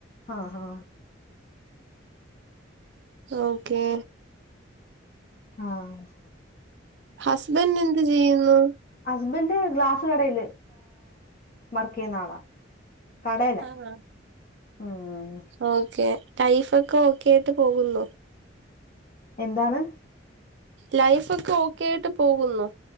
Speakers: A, on the left; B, on the right.
A: ആഹ
B: ഓക്കെ
A: ആഹ്
B: ഹസ്ബൻഡ് എന്ത് ചെയ്യുന്നു
A: ഹസ്ബൻഡ് ഗ്ലാസ് കടയില് വർക്ക് ചെയ്യുന്ന ആളാ കടെല
B: ആഹ്
A: ഉം
B: ഓക്കെ ടൈഫോക്കെ ഓക്കെ ആയിട്ട് പോകുന്നു
A: എന്താണ്
B: ലൈഫ് ഒക്കെ ഓക്കെയിട്ട് പോകുന്നോ